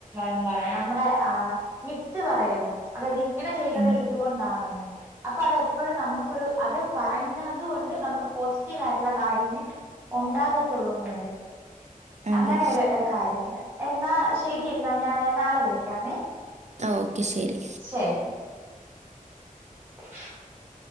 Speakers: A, on the right (about 15°); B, on the right (about 55°).
A: എന്താണ് നമ്മുടെ ആഹ് മിത്ത് പറയുവല്ലോ അതായത് ഇങ്ങനെ ചെയ്യുന്നത്
B: ഉം
A: ഇതുകൊണ്ടാണെന്ന് അപ്പൊ അത് അത് നമ്മക്കൊരു അത് പറയുന്നുത് കൊണ്ട് നമുക്ക് പോസിറ്റീവ് ആയിട്ടുള്ള കാര്യമേ ഉണ്ടാകത്തുള്ളൂന്ന് പറയും
B: അതെ
A: അങ്ങനൊരു കാര്യണ്ട് എന്നാ ശരി എന്നാ ഞാന് നാളെ വിളിക്കാമേ
B: ഓക്കെ ശരി
A: ശരി <inaudible>